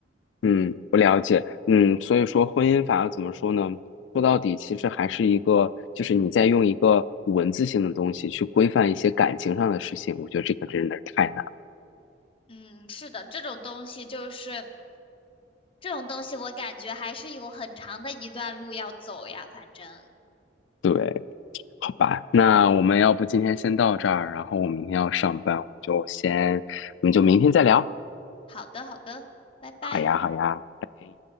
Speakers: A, on the left; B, on the left.
A: 嗯，我了解，嗯，所以说婚姻法怎么说呢？说到底，其实还是一个，就是你在用一个文字性的东西去规范一些感情上的事情，我觉得这个真的是太难了。
B: 嗯是的，这种东西就是这种东西，我感觉还是有很长的一段路要走呀。反正
A: 对。好吧，那我们要不今天先到这儿，然后我明天要上班，我们就先，我们就明天再聊。
B: 好的，好的，拜拜。
A: 好呀，好呀，拜拜。